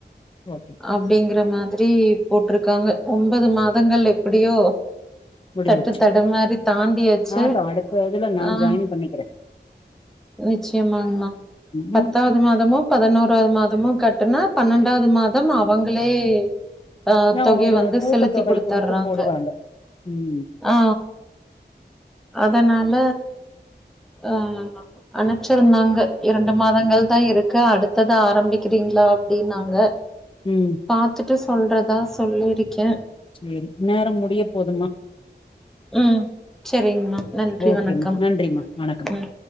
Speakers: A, on the left (about 30°); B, in the centre.
A: ஓகே
B: அப்டிங்கற மாதிரி போட்ருக்காங்க ஒன்பது மாதங்கள் எப்படியோ
A: முடிஞ்சிருச்சு
B: தட்டு தடு மாரி தாண்டியாச்சு
A: ஆகட்டு அடுத்த இதுல நா
B: அ
A: ஜாயின் பண்ணிக்கிறே
B: நிச்சயமாங்கமா பத்தாவது
A: ம்
B: மாதமு பதினோராது மாதமு கட்டுனா பன்னெண்டாவது மாதம் அவங்களே ஆ
A: அதா
B: தொகையை
A: ஒரு
B: வந்து
A: ஊக்கத்தொகை
B: செலுத்தி கொடுத்துறாங்க
A: குடுத்து போடுவாங்க ம்
B: ஆ அதனால ஆ அனுப்ச்சிருந்தாங்க இரண்டு மாதங்கள் தா இருக்கு அடுத்து ஆரம்பிக்கிறீங்களா அப்படின்னாங்க
A: ம்
B: பாத்துட்டு சொல்றதா சொல்லிருக்கே
A: சரி நேரம் முடிய போதும்மா
B: ம் சரிங்கம்மா நன்றி
A: ஓகேம்மா
B: வணக்கம்
A: நன்றிம்மா வணக்கம்
B: ம்